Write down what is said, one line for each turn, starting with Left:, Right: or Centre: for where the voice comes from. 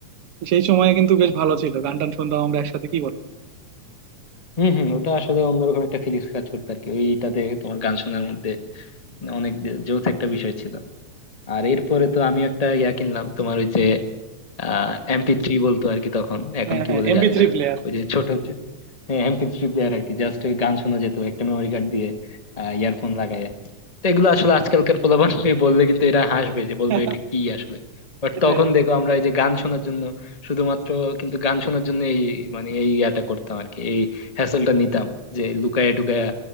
Right: সেই সময় কিন্তু বেশ
Left: আচ্ছা
Right: ভালো
Left: আচ্ছা
Right: ছিল গান টান শুনতাম আমরা একসাথে কি বলো
Left: হুম হুম ওটা আসলে অন্যরকম একটা ফিলিংস কাজ করতো আর কি ওইটাতে তোমার গান শোনার মধ্যে অনেক যে- যৌথ একটা বিষয় ছিল আর এরপরে তো আমি একটা ইয়া কিনলাম তোমার ওই যে আহ এমপি থ্রি বলতো আর কি তখন এখন
Right: হ্যাঁ
Left: কি
Right: হ্যাঁ
Left: বলে
Right: এমপি
Left: জানি
Right: থ্রি
Left: না
Right: প্লেয়ার
Left: ওই যে ছোট হচ্ছে হ্যাঁ এমপি থ্রি প্লেয়ার আর কি জাস্ট ওই গান শোনা যেত একটা মেমোরি কার্ড দিয়ে ইয়ারফোন লাগাইয়া তো এগুলো আসলে আজকালকার পোলাপান বললে কিন্তু এরা হাসবে যে বলবে
Right: <laughs>
Left: এটা কি আসলে বাট
Right: এটাই
Left: তখন দেখো আমরা এই যে গান শোনার জন্য শুধুমাত্র কিন্তু গান শোনার জন্য এই মানে এই ইয়াটা করতাম আর কি এই হ্যাসেলটা নিতাম যে লুকায়া টুকায়া